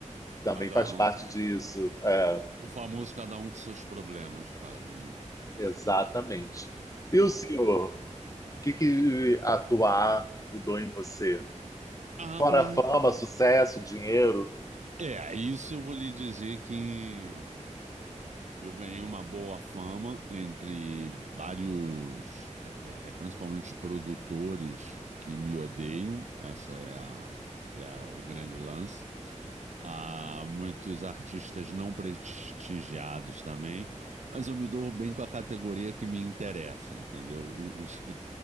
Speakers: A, on the left (about 25°); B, on the right (about 65°).
A: Também
B: Cada
A: faz
B: um,
A: parte disso. É,
B: o famoso cada um com seus problemas, quase, né?
A: exatamente. E o senhor? O que, que atuar mudou em você?
B: Ah,
A: Fora
B: pra
A: fama,
B: mim.
A: sucesso, dinheiro.
B: É, isso eu vou lhe dizer que eu ganhei uma boa fama entre vários, é, é- é, principalmente produtores que me odeiam, essa é a, é a- o grande lance. Há muitos artistas não prestigiados também, mas eu me dou bem com a categoria que me interessa, entendeu? O- Os, que-